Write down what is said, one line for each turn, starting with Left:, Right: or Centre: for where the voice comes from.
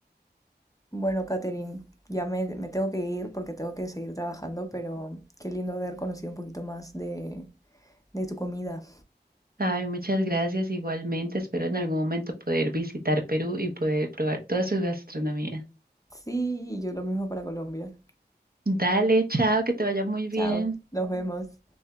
Left: Bueno, Katherine, ya me, me tengo que ir porque tengo que seguir trabajando, pero qué lindo haber conocido un poquito más de, de tu comida.
Right: Ay, muchas gracias igualmente. Espero en algún momento poder visitar Perú y poder probar toda su gastronomía.
Left: Sí, y yo lo mismo para Colombia.
Right: Dale, chao, que te vaya muy bien.
Left: Chao, nos vemos.